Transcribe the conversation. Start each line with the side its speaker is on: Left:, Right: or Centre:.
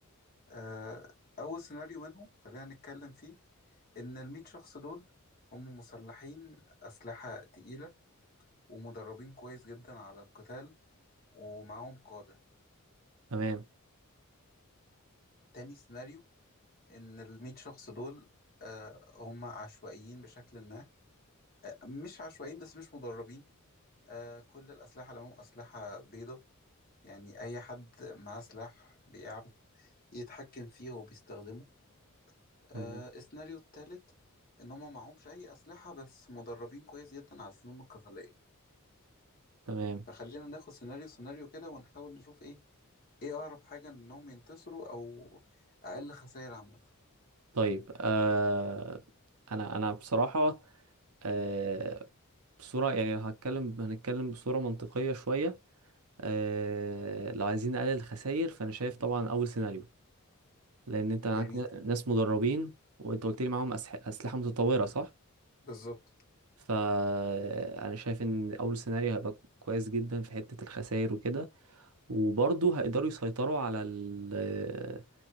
Left: آه، أول سيناريو منهم خلينا نتكلم فيه إن المية شخص دول هم مسلحين أسلحة تقيلة ومدربين كويس جدا على القتال ومعاهم قادة
Right: تمام
Left: تاني سيناريو إن المية شخص دول آه، هم عشوائيين بشكل ما آه، مش عشوائيين بس مش مدربين آه، كل الأسلحة اللي معاهم أسلحة بيضة يعني أي حد معاه سلاح بيعرف يتحكم فيه وبيستخدمه آه،
Right: تمام
Left: السيناريو التالت إن هم معهمش أي أسلحة بس مدربين كويس جدا على الفنون القتالية
Right: تمام
Left: فخلينا ناخد سيناريو سيناريو كده ونحاول نشوف إيه إيه أقرب حاجة إنهم ينتصروا أو أقل خسائر عامة
Right: طيب آه أنا أنا بصراحة آه بصورة يعني لو هتكلم هنتكلم بصورة منطقية شوية آه، لو عايزين نقلل الخسائر فانا شايف طبعا اول سيناريو لان انت معاك
Left: جميل
Right: ن- ناس مدربين وانت قلت لي معاهم أسح- اسلحه متطوره صح
Left: بالظبط
Right: فانا شايف ان اول سيناريو هيبقى كويس جدا في حته الخسائر وكده وبرضه هيقدروا يسيطروا على ال